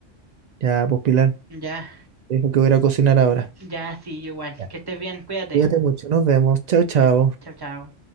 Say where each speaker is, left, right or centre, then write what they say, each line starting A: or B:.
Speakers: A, on the right; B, on the right.
A: Ya, pues Pilar,
B: Ya,
A: dijo que voy a ir a cocinar ahora.
B: ya, sí, yo igual.
A: Ya.
B: Que estés bien, cuídate.
A: Cuídate mucho, nos vemos. Chao, chao.
B: Chao, chao, chao.